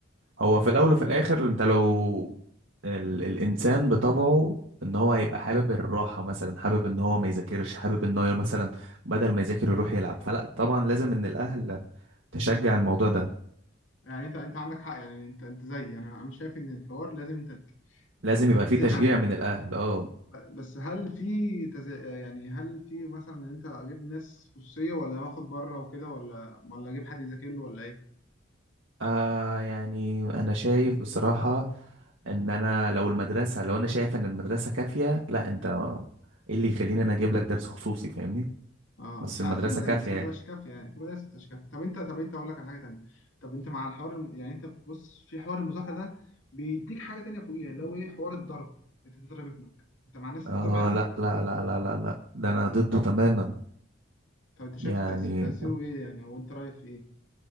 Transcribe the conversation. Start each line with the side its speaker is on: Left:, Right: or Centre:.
Right: هو في الاول وفي الاخر انت لو ال... الانسان بطبعه ان هو هيبقى حابب الراحه مثلا حابب ان هو ما يذاكرش حابب ان هو مثلا بدل ما يذاكر يروح يلعب فلا طبعا لازم ان الاهل تشجع الموضوع ده
Left: يعني انت انت عندك حق يعني انت انت زيي انا انا شايف ان الحوار لازم انت
Right: لازم
Left: ت-
Right: يبقى في
Left: تزن
Right: تشجيع
Left: عليه
Right: من الاهل اه
Left: ب- بس هل في تز... يعني هل في مثلا ان انت اجيب ناس خصوصيه ولا واخد بره وكده ولا ولا اجيب حد يذاكر له ولا ايه
Right: آه يعني انا شايف بصراحه ان انا لو المدرسه لو انا شايف ان المدرسه كافيه لا انت ايه اللي يخليني انا اجيب لك درس خصوصي فاهمني
Left: اه
Right: بس
Left: بس
Right: المدرسه
Left: عارف في مدارس
Right: كافيه
Left: ما
Right: يعني
Left: تبقاش كافيه يعني في مدارس ما تبقاش كافيه طب انت طب انت اقول لك على حاجه تانيه طب انت مع الحوار يعني انت بص في حوار المذاكره ده بيديك حاجه تانيه فوقيها اللي هو ايه حوار الضرب انت تضرب ابنك انت مع الناس
Right: اه
Left: بتضرب عيالها
Right: لا لا لا لا لا لا ده انا ضده تماما
Left: طب انت شايف
Right: يعني
Left: تأثير تأثيره ايه يعني او انت رايك في ايه